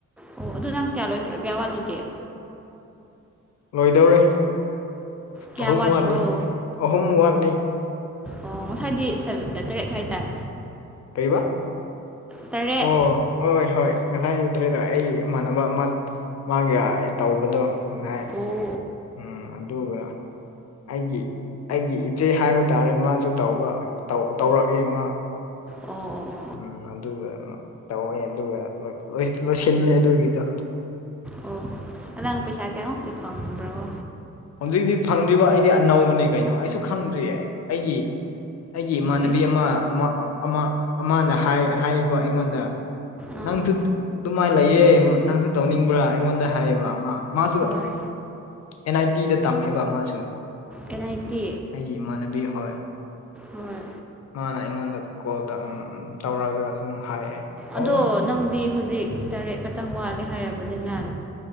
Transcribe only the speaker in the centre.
ꯑꯣ ꯑꯗꯨ ꯅꯪ ꯀꯌꯥ ꯂꯣꯏꯈ꯭ꯔꯦ ꯀꯌꯥ ꯋꯥꯠꯂꯤꯒꯦ
ꯀꯌꯥ
ꯋꯥꯠꯄ꯭ꯔꯣ
ꯑꯣ ꯉꯁꯥꯏꯗꯤ ꯁꯞ ꯇꯔꯦꯠ ꯍꯥꯏꯗꯥꯏ
ꯇꯔꯦꯠ
ꯑꯣ ꯑꯣ
ꯑꯣ ꯑꯣ ꯑꯣ
ꯑꯣ ꯑꯣ ꯑꯅꯡ ꯄꯩꯁꯥ ꯀꯌꯥꯃꯨꯛꯇꯤ ꯐꯪꯕ꯭ꯔꯣ
ꯑꯦ
ꯑꯥ
ꯍꯣꯏ
ꯑꯦꯟ ꯑꯥꯏ ꯇꯤ
ꯍꯣꯏ
ꯑꯗꯣ
ꯅꯪꯗꯤ ꯍꯧꯖꯤꯛ ꯇꯔꯦꯠ ꯈꯤꯇꯪ ꯋꯥꯠꯂꯦ ꯍꯥꯏꯔꯕꯅꯤꯅꯍ